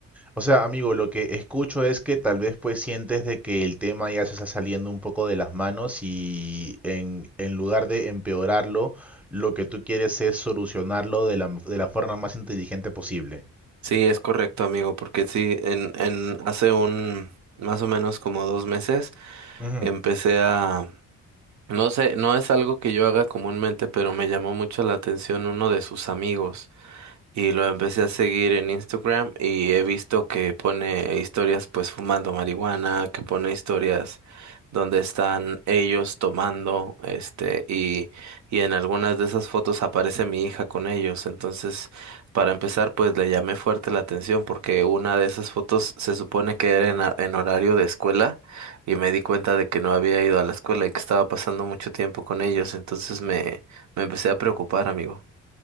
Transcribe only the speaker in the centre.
O sea, amigo, lo que escucho es que tal vez pues sientes de que el tema ya se está saliendo un poco de las manos y en, en lugar de empeorarlo, lo que tú quieres es solucionarlo de la, de la forma más inteligente posible.
Ujú.